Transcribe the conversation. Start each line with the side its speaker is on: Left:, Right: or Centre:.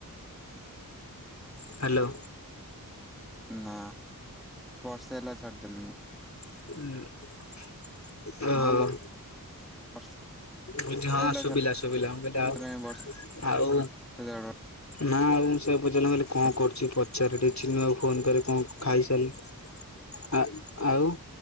Left: ହ୍ୟାଲୋ।
Centre: ନା ବର୍ଷେ ହେଲା ଛାଡିଦେଲିଣିି।
Left: ଓହୋ।
Centre: ହଁ ବର୍ଷେ
Left: ବୁଝି -ହଁ
Centre: ହେଲା
Left: ଶୁଭିଲା ଶୁଭିଲା ମୁଁ କହିଲି
Centre: ଛାଡିଦେଲିଣି ବର୍ଷେ
Left: ଆଉ
Centre: ଦେଢ
Left: ତାଙ୍କୁ ପଚାରିଲି ମୁଁ କହିଲି କଣ
Centre: ବର୍ଷ
Left: କରୁଛି ପଚାରେ ଟିକେ ଚିନୁଆକୁ ଫୋନ କରେ କଣ ଖାଇସାରିଲି ଆ ଆଉ।